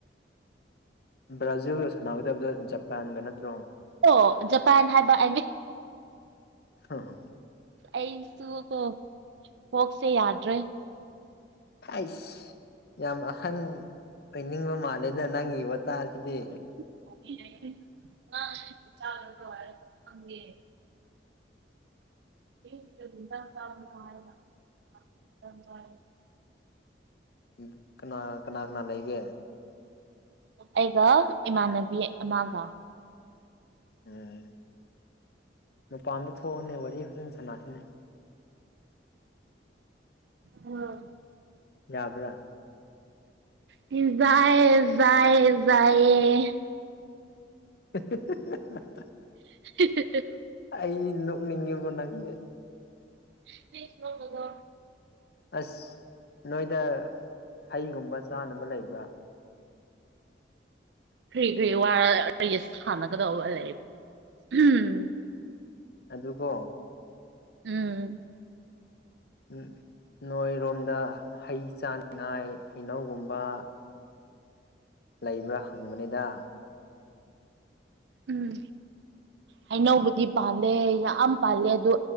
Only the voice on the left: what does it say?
ꯕ꯭ꯔꯥꯖꯤꯜꯒ ꯁꯥꯟꯅꯒꯗꯕꯗ ꯖꯄꯥꯟꯒ ꯅꯠꯇ꯭ꯔꯣ?
ꯍꯥ ꯍꯥ
ꯑꯩꯁ ꯌꯥꯝ ꯑꯍꯟ ꯑꯣꯏꯅꯤꯡꯕ ꯃꯥꯜꯂꯦꯗ ꯅꯪꯒꯤ ꯋꯥꯇꯥꯁꯤꯗꯤ꯫
ꯎꯝ ꯀꯅꯥ ꯀꯅꯥ ꯀꯅꯥ ꯂꯩꯒꯦ꯫
ꯎꯝ ꯃꯄꯥꯟꯗ ꯊꯣꯛꯑꯣꯅꯦ ꯋꯥꯔꯤ ꯐꯖꯟ ꯁꯥꯅꯁꯤꯅꯦ
ꯌꯥꯕ꯭ꯔ
<unintelligible>
ꯑꯩ ꯅꯣꯛꯅꯤꯡꯉꯦꯕꯣ ꯅꯪꯁꯦ
ꯑꯁ ꯅꯣꯏꯗ ꯍꯩꯒꯨꯝꯕ ꯆꯥꯅꯕ ꯂꯩꯕ꯭ꯔꯥ
ꯑꯗꯨꯀꯣ
ꯎꯝ ꯅꯣꯏꯔꯣꯝꯗ ꯍꯩ ꯆꯥꯅꯤꯡꯉꯥꯏ ꯍꯩꯅꯧꯒꯨꯝꯕ ꯂꯩꯕ꯭ꯔꯥ ꯍꯪꯕꯅꯤꯗ